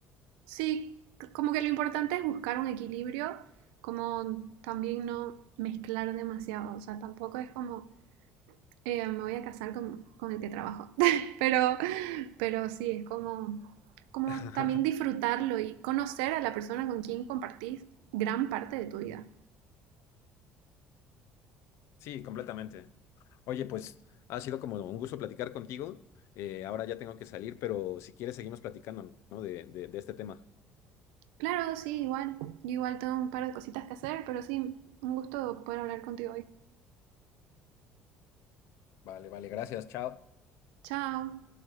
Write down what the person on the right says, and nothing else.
Sí, como que lo importante es buscar un equilibrio, como también no mezclar demasiado, o sea, tampoco es como, eh, me voy a casar con, con el que trabajo, <laughs> pero, pero sí, es como, como
también disfrutarlo y conocer a la persona con quien compartís gran parte de tu vida.
Claro, sí, igual. Yo igual tengo un par de cositas que hacer, pero sí, un gusto poder hablar contigo hoy.
Chao.